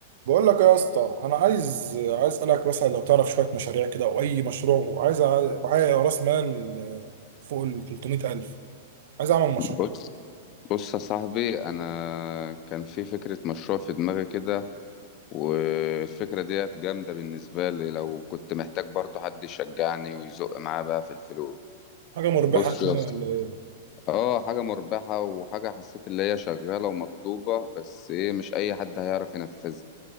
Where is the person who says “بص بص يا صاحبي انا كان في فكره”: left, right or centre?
Left